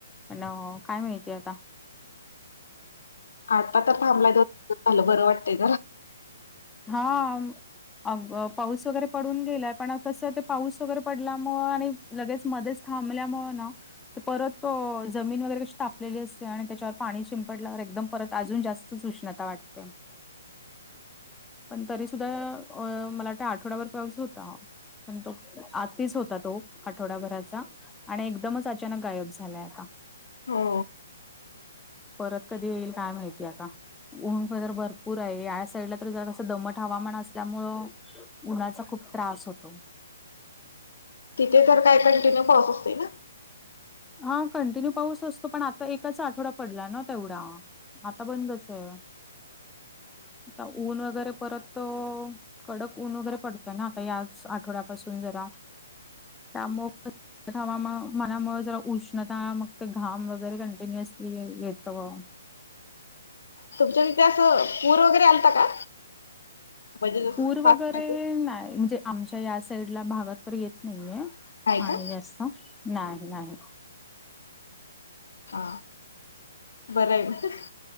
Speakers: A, in the centre; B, on the left (about 70°).
A: पण काय माहिती आता
B: आता तर थांबलाय दोन दि झालं बरं वाटतय.
A: हा. अ पाऊस वगैरे पडून गेलाय पण कसं ते पाऊस वगैरे पडल्यामु आणि लगेच मध्येच थांबल्यामुळे ना. परत जमीन वगैरे कशी तापलेली असते आणि त्याच्यावर पाणी शिंपडल्यावर एकदम परत अजून जास्त सूष्णता वाटते. पण तरी सुुद्धा मला वाट आठवड्यावरर पाऊस होता. पण तो आत्तीच होता तो आठवडाभराचा आणि एकदमच अचानक गायब झालाय आता
B: हो.
A: परत कधी येईल काय माहिती आता. ऊं प तरर भरपूर आहे या साईडला तर जरा कसं दमट हवामान असल्यामुळ उन्हाचा खूप त्रास होतो.
B: तिथे तर काय कंटिन्यू पाऊस असते ना.
A: हा कंटिन्यू पाऊस असतो पण आता एकाचा आठवडा पडला ना तेवढा आता बंदच आहे आता ऊन वगैरे परत कडक ऊन वगैरे पडतय ना आता याच आठवड्यापासून जरा त्यामुळ <unintelligible> मा मनामुळे जरा उष्णता मग ते घाम वगैरे कंटिन्युअसली येतं
B: तुमच्या तथ असं पूर वगैरे आलता का? म्हणजे जस
A: पूर वगैरे
B: बातम्या
A: नाही म्हणजे आमच्या या साईडला भागात तर येत नाहीये.
B: नाही
A: आणि
B: का
A: जास्त नाही नाही.
B: हा बरं आहे.